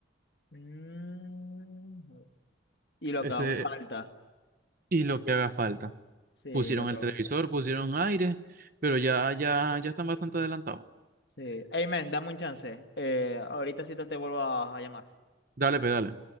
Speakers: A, on the left (about 55°); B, on the right (about 45°).
A: Mm, y lo
B: Ese,
A: que aún falta.
B: y lo que haga falta.
A: Sí,
B: Pusieron
A: lo que
B: el
A: aún
B: televisor,
A: falta.
B: pusieron aire, pero ya, ya, ya están bastante adelantados.
A: Sí. Hey, man, dame un chance. Eh, ahorita sí te, te vuelvo a a llamar.
B: Dale, pedale.